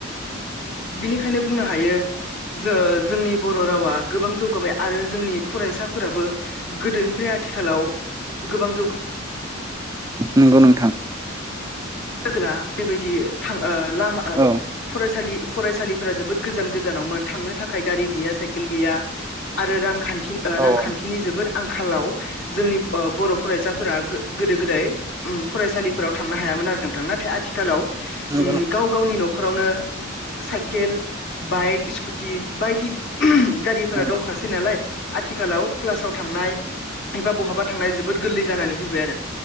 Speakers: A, on the left; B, on the right.
A: बिनिखायनो बुंनो हायो जोंनि बर' रावा गोबां जौगाबाय आरो जोंनि फरायसाफोराबो गोदोनिफ्राय आथिखालाव गोबां जौ
B: नंगौ नोंथां
A: <unintelligible> बेबायदि थां लामा
B: औ
A: फरायसालि फरायसालिफोरा जोबोद गोजान गोजानावमोन थांनो थाखाय गारि गैया साइकेल गैया आरो रांखान्थि
B: औ
A: रांखान्थिनि
B: औ
A: जोबोद आंखालाव जोंनि बर' फरायसाफोरा गोदो गोदाय फरायसालिफोराव थांनो हायामोन आरो नों नोंथां नाथाय आथिखालाव
B: नंगौ नोंथां
A: गाव गावनि न'खरावनो साइकेल बाइक स्कुटि बायदि गारिफोरा
B: नंगौ
A: दंखासै नालाय आथिखालाव क्लासाव थांनाय एबा बहाबा थांनाया जोबोद गोरलै जानानै फैबाय आरो